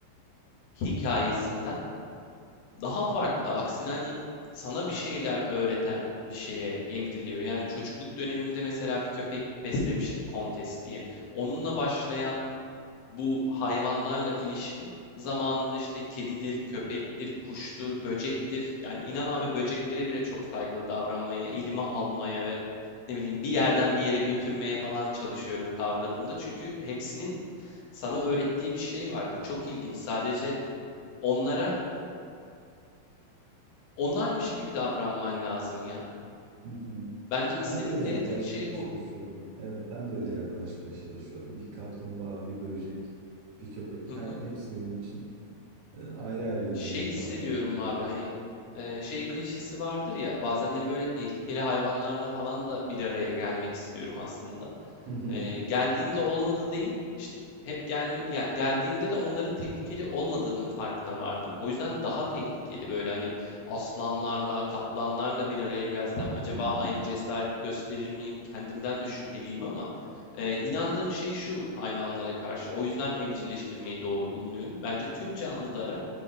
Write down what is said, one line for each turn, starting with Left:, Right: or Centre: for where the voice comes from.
Left: hikayesinden daha farklı. Aksine hani sana bir şeyler öğreten bir şeye evriliyor. Yani çocukluk dönemimde mesela bir köpek beslemiştim Kontes diye. Onunla başlayan bu hayvanlarla ilişkim zamanında işte kedidir, köpektir, kuştur, böcektir. Yani inan abi böceklere bile çok saygılı davranmaya, elime almaya ve ne bileyim bir yerden bir yere götürmeye falan çalışıyorum kavradığımda. Çünkü hepsinin sana öğrettiği bir şey var. Bu çok ilginç. Sadece onlara Onlarmış gibi davranman lazım ya.
Right: <laughs>
Left: Bence istedikleri
Right: Ben de öyle yaklaşmaya
Left: tek şey
Right: çalışıyorum.
Left: bu.
Right: Evet, ben de öyle yaklaşmaya çalışıyorum. Bir kaplumbağa, bir böcek, bir köpek,
Left: <laughs>
Right: her, hepsi benim için e, ayrı ayrı güzellikte
Left: Şey hissediyorum
Right: hayvanlar.
Left: abi hani e, şey klişesi vardır ya bazenleri böyle tehlikeli hayvanlarla falan da bir araya gelmek istiyorum aslında.
Right: <laughs> Hı hı,
Left: E, geldiğimde olmadı değil işte hep gelme ya geldiğimde de onların tehlikeli olmadığının farkına vardım. O yüzden daha tehlikeli böyle hani aslanlarla kaplanlarla bir araya gelsem acaba
Right: hı hı,
Left: aynı cesareti gösterir miyim? Kendimden de şüpheliyim ama e, inandığım şey şu hayvanlara karşı. O yüzden evcilleştirmeyi doğru bulunuyorum. Bence tüm canlılara